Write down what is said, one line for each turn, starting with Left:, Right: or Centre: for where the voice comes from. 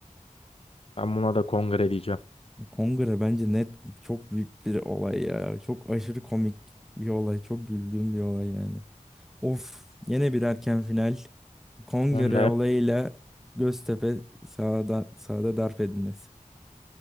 Left: Ben buna da kongre diyeceğim.
Centre: Kongre bence net çok büyük bir olay ya. Çok aşırı komik bir olay. Çok güldüğüm bir olay yani. Of yine bir erken final. Kongre
Left: Önder.
Centre: olayıyla Göztepe sahada, sahada darp edilmesi.